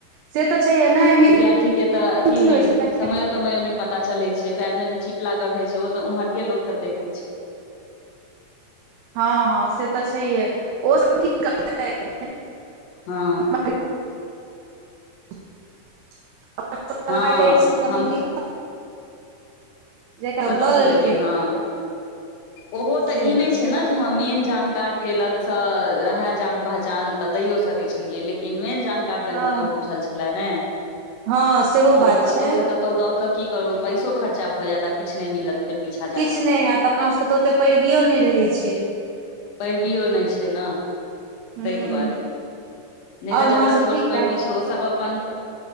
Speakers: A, on the right (about 75°); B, on the left (about 75°).
A: से तऽ छैहे नहि मेन
B: विद्यार्थी के तऽ अथी
A: की होइ
B: नहि
A: छै
B: समयो तमयो नहि पता चले छैय, पयर मे जे चीप लागल रहे छैय ओ तऽ उम्हर के लोको सब देखे छैय।
A: हँ हँ से तऽ छैहे ओसभ की करतै
B: हँ
A: <unintelligible> <unintelligible> छै तऽ
B: हँ
A: नौकरी
B: हम
A: जेकरा
B: कतऽ
A: लऽ
B: से
A: लेलकै
B: लेबै हँ ओहो तऽ
A: से
B: ई
A: होइ
B: नहि छैय
A: छै
B: ने मेन जानकार के लगसँ रहै जान पहचान तऽ दैयो सकैत छलियै लेकिन मेन जानकार तऽ
A: हँ
B: नहि केओ बुझल छल ने
A: हँ सेहो
B: तऽ
A: बात
B: ओ
A: छै
B: कतहु से कतहु तऽ ओ दऽ कऽ की करू पइसो खर्चा भऽ जायत आ किछु नै मिलत। फेर पीछा जा
A: किछु
B: कऽ
A: नहि होयत अपना सभके तऽ ओतेक पैरबियो नहि रहैत छैय।
B: पैरवियो नहि छैय ने
A: हूँ
B: ताहि दुआरे। नहि
A: आओर
B: तऽ
A: माँ
B: जकरा
A: सब
B: सोर्स
A: ठीक छथि
B: पेर्वी छैय ओ सब अपन,